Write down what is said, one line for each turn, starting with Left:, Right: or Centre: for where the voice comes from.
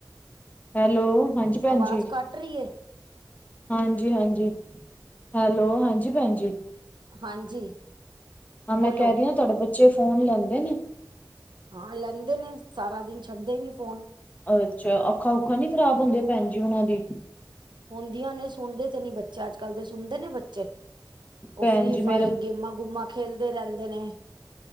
Left: ਹੈਲੋ ਹਾਂਜੀ- ਭੈਜੀ,
Right: ਆਵਾਜ਼ ਕੱਟ ਰਹੀ ਹੈ
Left: ਹਾਂਜੀ-ਹਾਂਜੀ, ਹੈਲੋ ਹਾਂਜੀ ਭੈਣਜੀ?
Right: ਹਾਂਜੀ।
Left: ਹਾਂ ਮੈਂ
Right: ਬੋਲੋ
Left: ਕਹਿ ਰਹੀ ਹਾਂ ਤੁਹਾਡੇ ਬੱਚੇ ਫੋਨ ਲੈਂਦੇ ਨੇ?
Right: ਹਾਂ ਲੈਂਦੇ ਨੇ ਸਾਰਾ ਦਿਨ ਛੱਡਦੇ ਹੀ ਨੀ ਫੋਨ।
Left: ਅੱਛਾ ਅੱਖਾਂ ਓਖਾਂ ਨੀ ਖ਼ਰਾਬ ਹੁੰਦੀਆਂ ਭੈਣ ਜੀ ਉਹਨਾਂ ਦੀ?
Right: ਹੁੰਦੀਆਂ ਨੇ ਸੁਣਦੇ ਤੇ ਨੀ ਬੱਚੇ ਅੱਜ-ਕੱਲ ਦੇ ਸੁਣਦੇ ਨੇ ਬੱਚੇ?
Left: ਭੈਣ
Right: ਉਹ ਫ੍ਰਰੀ
Left: ਜੀ
Right: ਫਾਇਰ
Left: ਮੇਰੇ
Right: ਗੇਮਾਂ-ਗੁਮਾ ਖੇਲਦੇ ਰਹਿੰਦੇ ਨੇ।